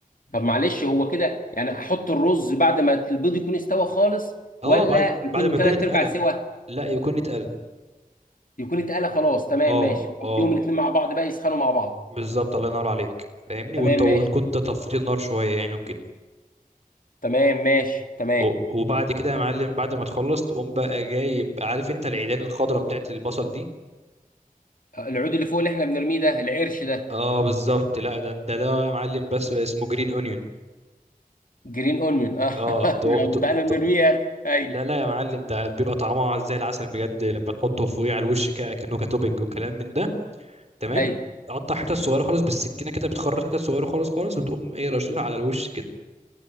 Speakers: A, on the left; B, on the right.
A: طب معلش هو كده يعني احط الرز بعد ما البيض يكون استوى خالص
B: اه
A: ولا
B: بعد
A: يكون
B: بعد ما يكون
A: ثلاث
B: اتقلى
A: ارباع سوا
B: لا يكون اتقلى
A: يكون اتقلى خلاص تمام
B: اه
A: ماشي واديهم
B: اه
A: الاثنين مع بعض بقى يسخنوا مع بعض
B: بالظبط الله ينور عليك فاهمني
A: تمام
B: وت... وتكون
A: ماشي
B: أنت طفيت النار شويه يعني وكده
A: تمام ماشي تمام
B: و- وبعد كده يا معلم بعد ما تخلص تقوم بقى جايب عارف انت العيدان الخضراء بتاعت البصل دي
A: العود اللي فوق اللي احنا بنرميه ده العرش ده
B: اه بالظبط لا ده ده ده يا معلم بس اسمه جرين اونيون
A: جرين اونيون اه
B: اه
A: <laughs>
B: تو تو
A: بقى انا بنرميه
B: تو
A: يا اخي ايوه
B: لا لا يا معلم ده بيبقى طعمها زي العسل بجد لما تحطه فوقيه على الوش كده كأنه كتوبنج وكلام من ده تمام
A: ايوه
B: تقطع حتت صغيره خالص بالسكينه كده بتخرط حتت صغيره خالص خالص وتقوم ايه رشها على الوش كده